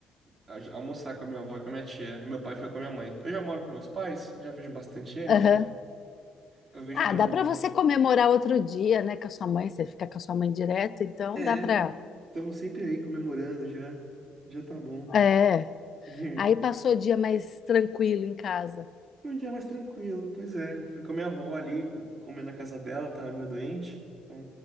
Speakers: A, on the right; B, on the left.
A: a- almoçar com a minha avó e com a minha tia. E meu pai foi com a minha mãe. Eu já moro com meus pais, já vejo bastante eles.
B: aham.
A: Eu vejo
B: Ah,
A: minha
B: dá
A: irmã.
B: para você comemorar outro dia, né, com a sua mãe, você fica com a sua mãe direto, então
A: É.
B: dá para.
A: Estamos sempre aí comemorando já. Já tá bom.
B: É.
A: <laughs>
B: Aí passou o dia mais tranquilo em casa.
A: Foi um dia mais tranquilo. Pois é, fui com a minha avó ali, com- comer na casa dela, tava meio doente. Então